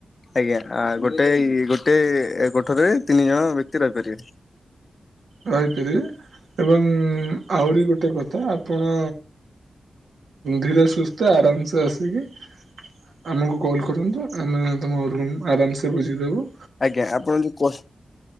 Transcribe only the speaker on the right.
ରହିପାରିବେ ଏବଂ ଆହୁରି ଗୋଟେ କଥା ଆପଣ ଧୀରେ ସୁସ୍ଥ ଆରାମସେ ଆସିକି ଆମକୁ କଲ କରନ୍ତୁ। ଆମେ ତୁମ ରୁମ୍ ଆରାମସେ ବୁଝିଦବୁ।